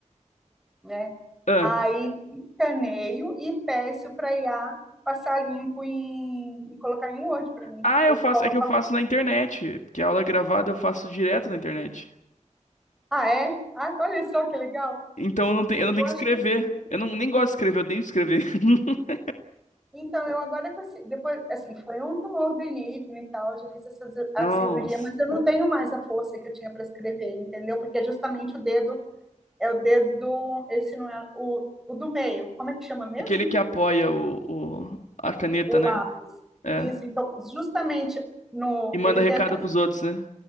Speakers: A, in the centre; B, on the left.
A: né?
B: Ah.
A: Aí escaneio e peço para IA passar limpo em- e colocar em Word para mim.
B: Ah,
A: Eu
B: eu faço,
A: coloco,
B: é que eu faço
A: a-
B: na internet, porque a aula é gravada eu faço direto na internet.
A: ah, é? Ah, olha só que legal.
B: Então eu não tenho, eu não
A: Eu
B: tenho
A: acho
B: que escrever.
A: que assim.
B: Eu não, nem gosto de escrever, eu odeio escrever. <laughs>
A: Então, eu agora com esse- depois, assim, foi um tumor benigno e tal, já fiz essa ci- a
B: Nossa.
A: cirurgia, mas eu não tenho mais a força que eu tinha para escrever, entendeu? Porque é justamente o dedo é o dedo, esse não é o, o do meio. Como é que chama mesmo?
B: Aquele que apoia o, o- a caneta,
A: O
B: né?
A: lápis.
B: É.
A: Isso, então, justamente no,
B: E manda
A: ele tem
B: recado
A: até,
B: pros outros, né?